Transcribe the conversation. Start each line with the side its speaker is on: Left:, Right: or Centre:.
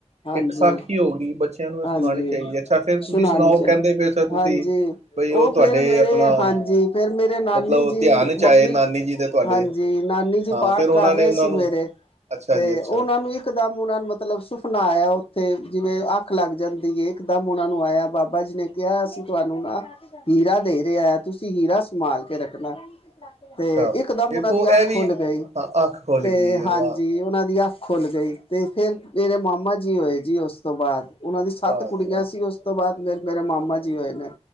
Left: ਹਾਂਜੀ
Right: ਇਕ ਸ਼ਾਖੀ ਹੋ ਗਈ ਬੱਚਿਆਂ ਨੂੰ ਮ ਸੁਣਾਉਣੀ
Left: ਹਾਂਜੀ
Right: ਚਾਹੀਦੀ ਅੱਛਾ ਫੇਰ ਤੁਸੀਂ
Left: ਸੁਣਾਣੀ
Right: ਸੁਣਾਓ
Left: ਚਾਹੀ
Right: ਕਹਿੰਦੇ ਪਏ ਸਰ ਤੁਸੀਂ
Left: ਹਾਂਜੀ।
Right: ਬਈ
Left: ਉਹ
Right: ਤੁਹਾਡੇ
Left: ਫੇਿਰ ਮੇਰੇ
Right: ਆਪਣਾ
Left: ਹਾਂਜੀ, ਫੇਰ ਮੇਰੇ ਨਾਨੀ
Right: ਮਤਲਬ ਉਹ
Left: ਜੀ
Right: ਧਿਆਨ ਚ
Left: ਮੰਮੀ।
Right: ਆਏ ਨਾਨੀ ਜੀ ਦੇ ਤੁਹਾਡੇ
Left: ਹਾਂਜੀ, ਨਾਨੀ ਜੀ
Right: ਹਾਂ
Left: ਪਾਠ
Right: ਫਿਰ ਉਹਨਾਂ
Left: ਕਰ ਰਹੇ
Right: ਨੇ ਉਹਨਾਂ
Left: ਸੀ
Right: ਨੂੰ
Left: ਮੇਰੇ
Right: ਅੱਛਾ
Left: ਤੇ
Right: ਜੀ ਅੱਛਾ
Left: ਉਹਨਾਂ ਨੂੰ ਇੱਕ ਉਂਹਾਨੂੰ ਨਾ ਮਤਲਬ ਸੀ। ਸੁਪਣਾ ਆਇਆ ਉੱਥੇ ਜਿਵੇਂ ਅੱਖ ਲੱਗ ਜਾਂਦੀ ਏ ਇਕ ਦਮ, ਉਹਨਾਂ ਨੂੰ ਆਇਆ ਬਾਬਾ ਜੀ ਨੇ ਕਿਹਾ ਅਸੀਂ ਤੁਹਾਨੂੰ ਨਾ ਹੀਰਾ ਦੇ ਰਿਹਾ ਹੈ। ਤੁਸੀਂ ਹੀਰਾ ਸੰਭਾਲ ਕੇ ਰੱਖਣਾ।
Right: ਅੱਛਾ
Left: ਤੇ ਇਕ ਦਮ
Right: ਦੇਖੋ
Left: ਉਹਨਾਂ ਦੀ ਅੱਖ
Right: ਇਹ ਵੀ
Left: ਖੁੱਲ ਗਈ
Right: ਹਾਂ ਅੱਖ ਖੁੱਲ
Left: ਤੇ
Right: ਗਈ ਆ
Left: ਹਾਂਜੀ
Right: ਵਾਹ
Left: ਉਹਨਾਂ ਦੀ ਅੱਖ ਖੁੱਲ੍ਹ ਗਈ ਅਤੇ ਫਿਰ ਮੇਰੇ ਮਾਮਾ ਜੀ ਹੋਏ ਜੀ ਉਸ ਤੋਂ ਬਾਅਦ। ਉਹਨਾਂ ਦੀ ਸੱਤ
Right: ਵਾਹ
Left: ਕੁੜੀਆਂ
Right: ਜੀ ਵਾਹ
Left: ਸੀ ਉਸ ਤੋਂ ਬਾਅਦ ਮੇਰੇ ਮਾਮਾ ਜੀ ਹੋਏ ਨੇ।